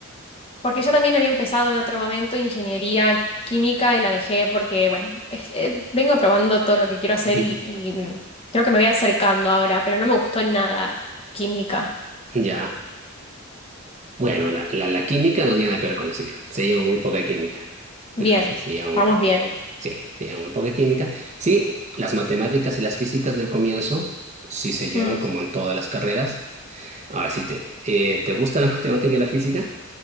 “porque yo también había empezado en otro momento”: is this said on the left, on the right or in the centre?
Left